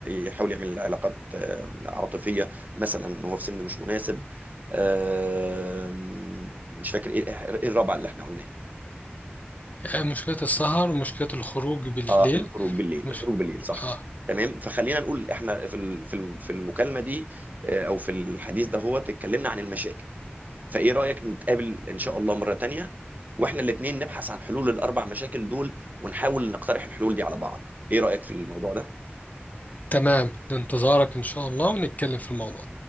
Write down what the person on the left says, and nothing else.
آه، مشكلة السهر مشكلة الخروج بالليل
مش...
آه
تمام لانتظارك إن شاء الله ونتكلم في الموضوع